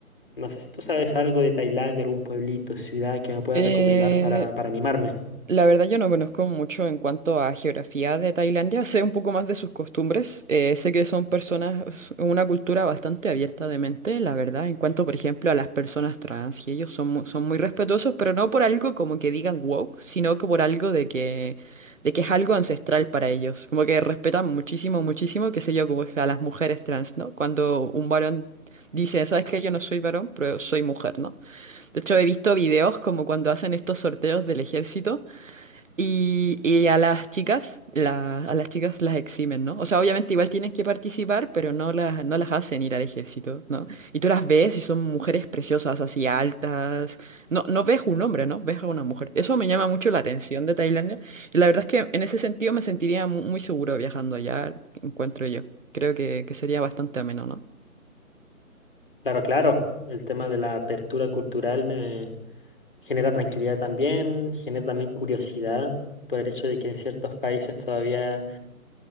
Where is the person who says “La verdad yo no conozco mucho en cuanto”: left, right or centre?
Right